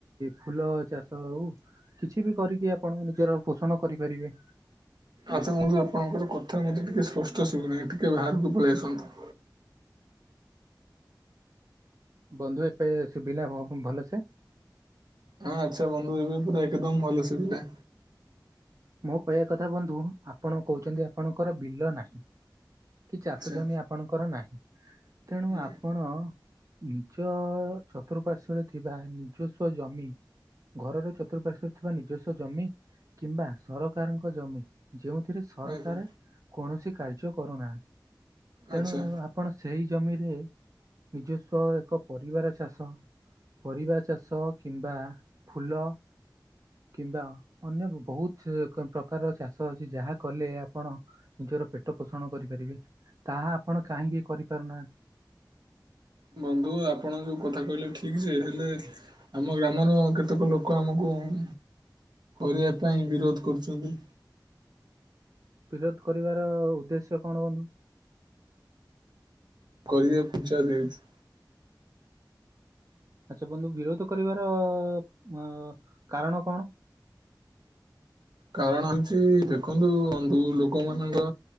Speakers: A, on the right; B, on the right.
A: ଫୁଲ ଚାଷ ହଉ କିଛି ବି କରିକି ଆପଣ ନିଜର ପୋଷଣ କରିପାରିବେ।
B: ଆଚ୍ଛା ବନ୍ଧୁ ଆପଣଙ୍କର କଥା ମତେ ଟିକେ ସ୍ପ ସ୍ପଷ୍ଟ ଶୁଭୁନାହିଁ ଟିକେ ବାହାରକୁ ପଳେଇ ଆସନ୍ତୁ।
A: ବନ୍ଧୁ ଏବେ ସୁଭିଲା ଭ-ଭଲସେ?
B: ହଁ ଆଚ୍ଛା ବନ୍ଧୁ ଏବେ ପୁରା ଏକଦମ ଭଲ ଶୁଭିଲା।
A: ମୋ କହିବା କଥା ବନ୍ଧୁ ଆପଣ କହୁଛନ୍ତି ଆପଣଙ୍କର ବିଲ ନାହିଁ। କି ଚାଷ
B: ଆଚ୍ଛା
A: ଜମି ଆପଣଙ୍କର ନାହିଁ ତେଣୁ
B: ନାଇଁ,
A: ଆପଣ ଉଁ। ଚ ଚତୁର୍ପାଶ୍ୱରେ ଥିବା ନିଜସ୍ୱ ଜମି। ଘରର ଚତୁପାର୍ଶ୍ଵରେ ଥିବା ନିଜସ୍ୱ ଜମି କିମ୍ବା। ସରକାରଙ୍କ ଜମି ଯେଉଁଥିରେ ସରକାରେ
B: ଆଚ୍ଛା।
A: କୌଣସି କାର୍ଯ୍ୟ କରୁନାହାନ୍ତି।
B: ଆଚ୍ଛା
A: ତେଣୁ ଆପଣ ସେଇ ଜମିରେ। ନିଜସ୍ୱ ଏକ ପରିବା ର ଚାଷ। ପରିବା ଚାଷ କିମ୍ବା ଫୁଲ। କିମ୍ବା ଅନ୍ୟ ବ-ବହୁତ ଏ କ ପ୍ରକାର ଚାଷ ଅଛି ଯାହା କଲେ ଆପଣ ନିଜର ପେଟ ପୋଷଣ କରିପାରିବେ ତାହା ଆପଣ କାହିଁକି କରିପାରୁନାହାନ୍ତି?
B: ବନ୍ଧୁ ଆପଣ ଯଉ କଥା କହିଲେ ଠିକ ଯେ ହେଲେ ଆମ ଗ୍ରାମର କେତେକ ଲୋକ ଆମକୁ ଉଁ। କରିବା ପାଇଁ ବିରୋଧ କରୁଛନ୍ତି।
A: ବିରୋଧ କରିବାର ଉଦ୍ଦେଶ୍ୟ କଣ ବନ୍ଧୁ?
B: କଳିଯୁଗ କୁ ଛାଡି ଦେଇଛ।
A: ଆଚ୍ଛା ବନ୍ଧୁ ବିରୋଧ କରିବାର ଅ କାରଣ କଣ?
B: କାରଣ ହଉଛି ଦେଖନ୍ତୁ ବନ୍ଧୁ ଲୋକ ମାନଙ୍କ।